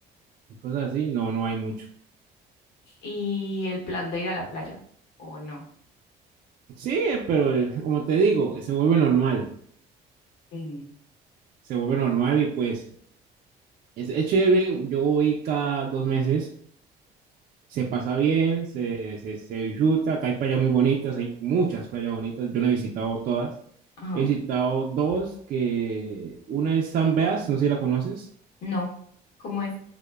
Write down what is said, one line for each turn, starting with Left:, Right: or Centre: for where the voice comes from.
Right: cosas así, no, no hay mucho.
Left: ¿Y el plan de ir a la playa? ¿O no?
Right: Sí, pero eh, como te digo, se vuelve normal,
Left: Eh,
Right: se vuelve normal y pues es, es chévere, yo voy cada dos meses se pasa bien, se, se, se disfruta. Acá hay playas muy bonitas, hay muchas playas bonitas. Yo no he visitado todas.
Left: Ajá,
Right: He visitado dos, que una es San Blas, no sé si la conoces.
Left: no. ¿Cómo es?